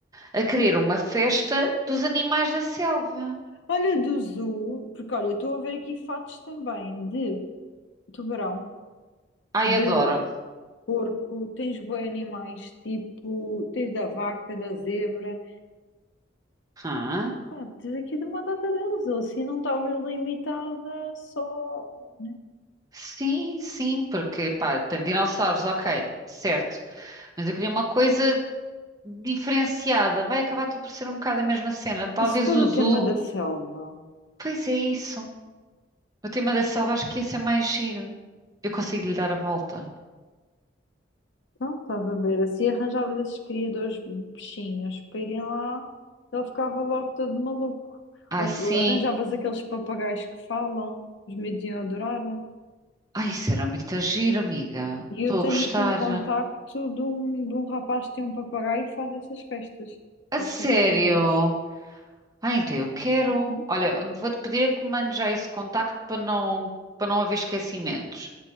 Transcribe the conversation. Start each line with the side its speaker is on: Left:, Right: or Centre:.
Right: a querer uma festa dos animais da selva.
Left: Olha, do zoo, porque olha, estou a ver aqui fatos também de tubarão,
Right: Ai,
Left: de
Right: adoro.
Left: porco, tens bué animais, tipo, tens da vaca, da zebra,
Right: Hã?
Left: pá, tens aqui de uma data deles, ou assim não estavas limitada só, né?
Right: Sim, sim, porque, pá, tem dinossauros, ok, certo. Mas eu queria uma coisa diferenciada. Vai acabar tudo por ser um bocado a mesma cena. Talvez
Left: E se for
Right: o
Left: o
Right: zoo.
Left: tema da selva?
Right: Pois é isso. O tema da selva acho que ia ser mais giro. Eu consigo lhe dar a volta.
Left: Então estás a ver, assim arranjavas esses criadores bichinhos para irem lá, ele ficava logo todo maluco.
Right: Ai,
Left: Ou
Right: sim.
Left: que Arranjavas aqueles papagaios que falam, os miúdos iam adorar.
Right: Ai, isso era muito giro, amiga.
Left: E
Right: Estou
Left: eu tenho
Right: a gostar.
Left: aqui um contacto de um, de um rapaz que tem um papagaio e faz essas festas,
Right: A
Left: assim
Right: sério?
Left: para os miúdos.
Right: Ah, então eu quero.
Left: Hum?
Right: Olha, vou-te pedir é que me mandes já esse contacto para não, para não haver esquecimentos.